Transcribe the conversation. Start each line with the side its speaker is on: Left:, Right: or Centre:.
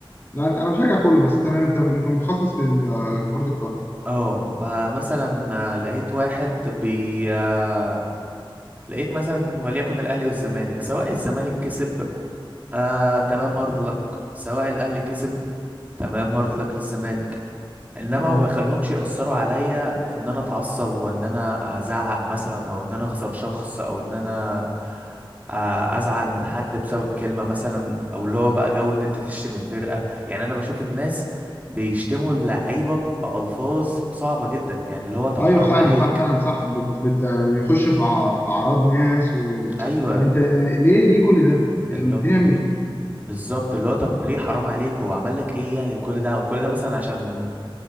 Left: لا انا بشجع كله بس تمام انت انت متخصص في ال- كره القدم
Right: اه ب- مثلا لقيت واحد بي آه، لقيت مثلا وليكن الاهلي والزمالك سواء الزمالك كسب آه تمام هارد لك سواء الاهلي كسب تمام هارد لك للزمالك انما
Left: اه
Right: ما بخليهمش يأثروا عليا في ان انا اتعصب وان انا ازعق مثلا او ان انا اخسر شخص او ان انا آه، ازعل من حد بسبب كلمة مثلا او اللي هو بقى جو ان انت تشتم الفرقة يعني انا بشوف الناس بيشتموا اللعيبة بألفاظ صعبة جدا يعني اللي هو طب
Left: ايوه
Right: حرام
Left: فعلا
Right: عليك
Left: صح فعلا صح بت... بت... بيخش في أع- في اعراض ناس و...
Right: ايوه
Left: طب انت آه، ليه ليه كل ده الدنيا
Right: اللي هو
Left: مش
Right: بالظبط اللي هو طب ليه حرام عليك هو عمل لك ايه يعني الكل ده كل ده مثلا عشان